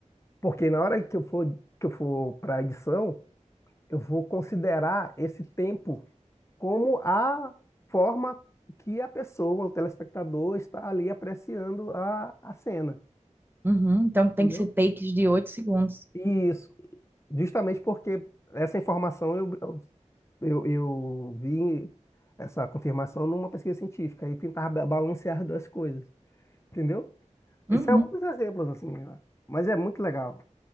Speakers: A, on the left; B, on the right.
A: Porque na hora que eu for, que eu for para a edição, eu vou considerar esse tempo como a forma que a pessoa, o telespectador, está ali apreciando a, a cena.
B: uhum. Então tem
A: Entendeu?
B: que ser takes de 8 segundos.
A: Isso. justamente porque essa informação eu, eu, eu, eu vi essa confirmação numa pesquisa científica e tentar ba- balancear duas coisas, entendeu?
B: Uhum,
A: Esse é um dos exemplos, assim, ó. mas é muito legal.